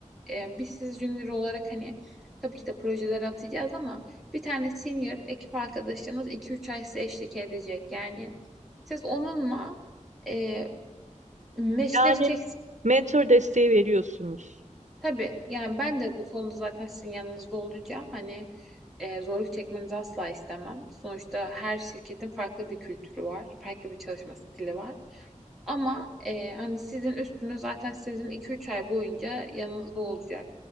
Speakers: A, in the centre; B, on the right.
A: e, biz siz junior olarak hani tabii ki de projelere atacağız ama bir tane senior ekip arkadaşınız iki üç ay size eşlik edecek. Yani siz onunla e, meşleşeceksiniz.
B: Yani mentor desteği veriyorsunuz.
A: Tabii yani ben de bu konuda zaten sizin yanınızda olacağım. Hani e, zorluk çekmenizi asla istemem. Sonuçta her şirketin farklı bir kültürü var, farklı bir çalışma stili var. Ama e, hani sizin üstünüz zaten sizin 2-3 ay boyunca yanınızda olacak.